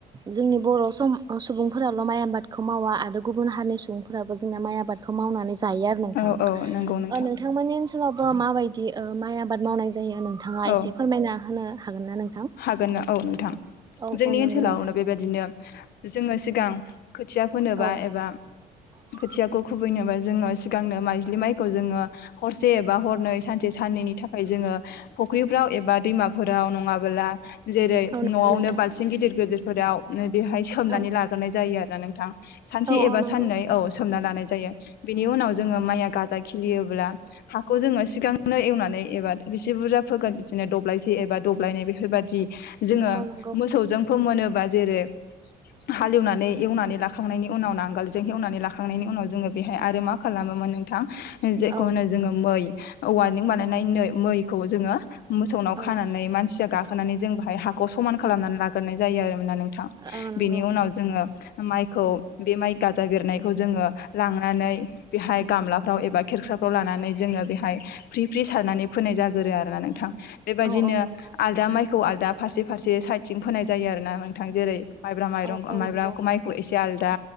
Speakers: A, on the right; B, on the left.
A: जोंनि बर' सम सुबुंफोराल' माइ आबादखौ मावा आरो गुबुन हारिनि सुबुं फोराबो जोंना माइ आबादखौ मावनानै जायो आरो नोंथां
B: औ औ नंगौ नोंथां
A: ओ नोंथांमोननि ओनस सोलावबो माबायदि ओ माइ आबाद मावनाय जायो नोंथाङा
B: औ
A: एसे फोरमायना होनो हागोन ना नोंथां?
B: हागोन ना औ नोंथां
A: औ
B: जोंनि
A: औ नंगौ
B: ओनसोलावनो
A: नोंथां
B: बेबायदिनो जोङो सिगां खोथिया फोनोबा
A: औ
B: एबा
A: <unintelligible>
B: खोथियाखौ खुबैनोबा जोङो सिगांनो माइज्लि माइखौ जोङो हरसे एबा हरनै सानसे साननैनि थाखाय जोङो फुख्रिफ्राव एबा दैमाफोराव नङाब बोला जेरै
A: औ नंगौ
B: न'आवनो
A: नोंथां
B: बाल्थिं गिदिर गिदिरफोराव नो बेहाय सोमनानै
A: औ
B: लाग्रोनाय जायो आ ना नोंथां सानसे
A: औ
B: एबा
A: औ नंगौ
B: साननै औ सोमना लानाय जायो बेनि उनाव जोङो माइया गाजा खिलियोब्ला हाखौ जोङो सिगांनो एवनानै एबा बिसि बुरजा फोगोन बिदिनो दब्लायसे एबा दब्लायनै बेफोरबादि जोङो
A: औ नंगौ
B: मोसौजों फोमोनोबा जेरै हालेवनानै एवनानै लाखांनायनि उनाव नांगोलजों एवनानै लाखांनायनि उनाव जोङो बेहाय आरो मा खालामो मोन नोंथां जेखौ
A: औ
B: होनो जोङो मै औवानजों बानायनाय नै मैखौ जोङो मोसौनाव
A: औ
B: खानानै मानसिया गाखोनानै जों बाहाय हाखौ समान खालामनानै लाग्रोनाय जायो आरोमोन ना थां
A: औ नंगौ
B: बेनि उनाव जोङो माइखौ बे माइ गाजा बेरनायखौ जोङो लांनानै बेहाय गामलाफ्राव एबा खेरखा फ्राव लानानै जोङो बेहाय फ्रि फ्रि सारनानै फोनाय जागोरो आरोना नोंथां बेबायदिनो
A: औ औ नंगौ
B: आलदा माइखौ आलदा फारसे फारसे साइदथिं फोनाय जायो आरो ना नोंथां जेरै माइब्रा माइरं
A: औ औ
B: माइब्राखौ
A: नंगौ
B: माइखौ एसे आलदा